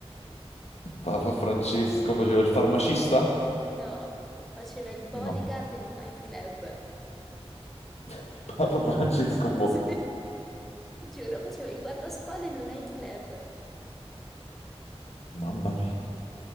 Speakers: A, on the left; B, in the centre.
A: Papa Francesco faceva il farmacista?
B: No, faceva il bodyguard
A: No.
B: in un nightclub.
A: <laughs> Papa Francesco buono.
B: <laughs> Sì, ti giuro, faceva il guardaspalle in un nightclub.
A: Mamma mia.